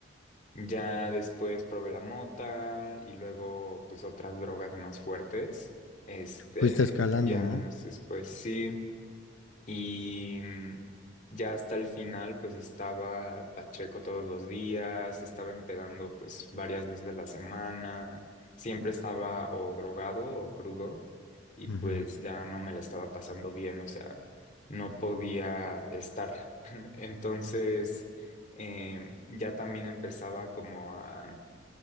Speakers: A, on the left; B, on the left.
A: ya después probé la mota y luego pues otras drogas más fuertes. Este,
B: fuiste escalando,
A: ya
B: ¿no?
A: años después sí. Y mm, ya hasta el final, pues estaba Pacheco todos los días, estaba empedando pues varias veces a la semana, siempre estaba o drogado o crudo y
B: Ujú.
A: pues ya no me la estaba pasando bien, o sea, no podía estar. <laughs> Entonces, eh, ya también empezaba como a